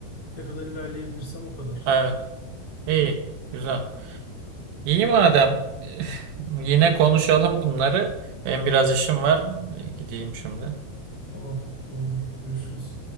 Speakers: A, on the left; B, on the right.
A: ne kadar ilerleyebilirsem o kadar.
B: evet. İyi, güzel. İyi madem. <laughs> Yine konuşalım bunları. Ben biraz işim var. Gideyim şimdi.
A: Tamam oldu. Görüşürüz.